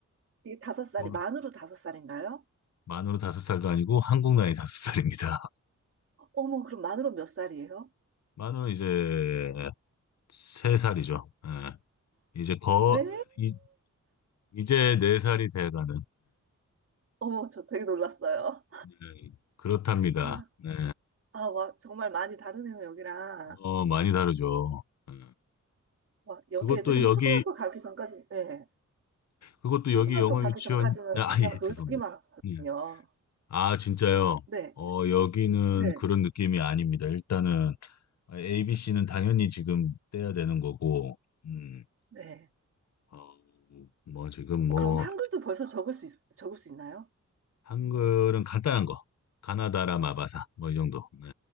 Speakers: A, on the right; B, on the left.
A: 이게 다섯 살이,
B: 그거는
A: 만으로 다섯 살인가요?
B: 만으로 다섯 살도 아니고 한국 나이 다섯 살입니다. <laughs>
A: 어머, 그럼 만으로 몇 살이에요?
B: 만으로 이제 세 살이죠. 예. 이제 거
A: 네?
B: 이, 이제 네 살이 돼가는.
A: 어머, 저 되게 놀랐어요.
B: 예. 예. 그렇답니다.
A: 아,
B: 네.
A: 아, 와, 정말 많이 다르네요, 여기랑.
B: 어, 많이 다르죠. 예.
A: 와, 여기
B: 그것도
A: 애들은
B: 여기
A: 초등학교 가기 전까지, 네.
B: 그것도
A: 초등학교
B: 여기 영어
A: 가기
B: 유치원
A: 전까지는
B: 아,
A: 그냥
B: 예,
A: 놀기만
B: 죄송합니다.
A: 하거든요.
B: 예. 아, 진짜요?
A: 네,
B: 어,
A: 네,
B: 여기는
A: 네.
B: 그런 느낌이 아닙니다. 일단은 ABC는 당연히 지금 떼야 되는 거고, 음,
A: 네.
B: 어, 뭐 지금 뭐
A: 그럼 한글도 벌써 적을 수, 있, 적을 수 있나요?
B: 한글은 간단한 거, 가나다라 마바사 뭐 이 정도. 네.